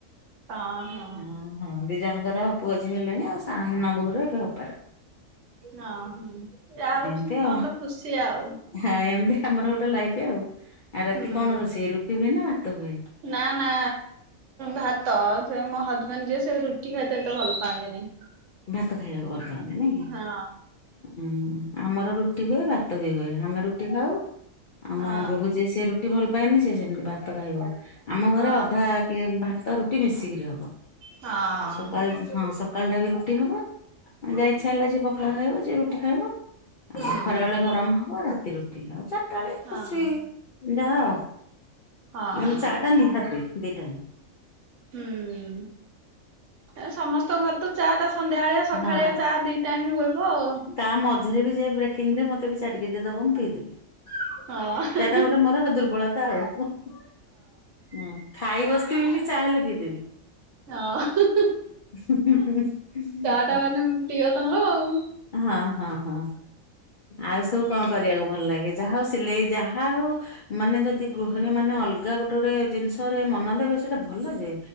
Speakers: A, on the right; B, on the left.
A: ହଁ, ହଁ।
B: ହଁ ହଁ ଦି ଜଣଙ୍କର ପୁଅ ଝିଅ ହେଲେଣି ଆଉ ସାନ ବୋହୂର ଏବେ ହବ।
A: ହଁ ଯାହା ହଉ
B: ଏମିତି
A: ସମସ୍ତେ
B: ଆଉ
A: ତ ଖୁସି ଆଉ।
B: ହଁ ଏମିତି ଆମର ଗୋଟେ ଲାଇଫ ଆଉ। ଆଉ ରାତି
A: ହୁଁ।
B: କଣ ରୋଷେଇ ରୁଟି ହୁଏ ନା ଭାତ ହୁଏ?
A: ନା ନା ଭାତ ସେ ମୋ ହଜବେଣ୍ଡ ଯିଏ ସେ ରୁଟି ଖାଇତ ଏତେ ଭଲ ପାଆନ୍ତିନି।
B: ଭାତ ଖାଇବାକୁ ଭଲପାନ୍ତି ନାଇଁକି?
A: ହଁ
B: ହୁଁ ଆମର ରୁଟି ହୁଏ ଭାତ ବି ହୁଏ। ଆମେ ରୁଟି ଖାଉ ଆମ
A: ହଁ
B: ବୋହୂ ଯେ ସେ ରୁଟି ଭଲ ପାଏନି ସେ ସେମିତି ଭାତ ଖାଇବ। ଆମ ଘରେ
A: ହଁ
B: ଅଧା କିଏ ଭାତ ରୁଟି ମିଶିକିରି ହବ।
A: ହଁ
B: ସକାଳ ହଁ ସକାଳ ଟା ବି ରୁ ଟି ହବ। ଆ ଯାହା ଇଚ୍ଛା ହେଲା ଯିଏ ପଖାଳ ଖାଇବ ଯିଏ ରୁଟି ଖାଇବ।
A: ହୁଁ
B: ଆଉ ଖରା ବେଳେ ଗରମ ହବ ରାତିରେ ରୁଟି ଆଉ ଚାରିଟା ବେଳେ
A: ହଁ।
B: ଖୁସି ଯାହା ହଉ
A: ହଁ
B: କିନ୍ତୁ ଚାହାଟା ନିହାତି ଦି ଟାଇମ୍।
A: ହୁଁ, ଆଉ ସମସ୍ତଙ୍କର ଘରେ ତ ଚା ଟା ସନ୍ଧ୍ୟାବେଳେଆ ସକାଳିଆ
B: ହଁ
A: ଚା ଦି ଟାଇମ୍ ହୁଇବ ଆଉ।
B: ତା ମଝିରେ ବି ଯିଏ ବ୍ରେକିଂରେ ମତେ ବି ଚା ଟିକେ ଦେଇଦବ ମୁଁ ପିଇଦେବି। <inaudible>
A: ହଁ
B: ଚା ଟା ଗୋଟେ ମୋର ଦୁର୍ବଳତା ଆଉ। ହଁ, ଖାଇ ବସିିଥିବି ବି ଚା ହାଲେ ପିଇ ଦେବି।
A: ହଁ
B: ହୁଁହୁଁହୁଁ ହୁଁ ‌
A: ଖଟା ମାନେ ପ୍ରିୟ ତମର ଆଉ।
B: ହଁ-ହଁ-ହଁ, ଆଉ ସବୁ କଣ
A: ହୁଁ
B: କରିବାକୁ ଭଲ ଲାଗେ? ଯାହା ହଉ ସିଲେଇ ଯାହା ହଉ ମାନେ ଯଦି ଗୃହିଣୀମାନେ ଅଲଗା ଗୋଟେ-ଗୋଟେ ଜିନିଷରେ ମନ ଦେବେ ସେଇଟା ଭଲ ଯେ